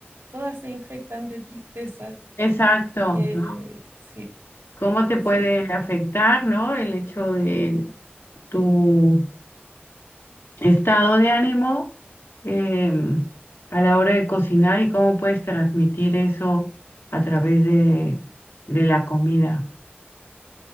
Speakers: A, on the right; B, on the left.
A: todas se infectan de tristeza.
B: Exacto,
A: Eh,
B: ¿no?
A: sí,
B: ¿Cómo te puede
A: sí,
B: afectar, ¿no? El hecho de tu estado de ánimo em, a la hora de cocinar y cómo puedes transmitir eso a través de, de la comida.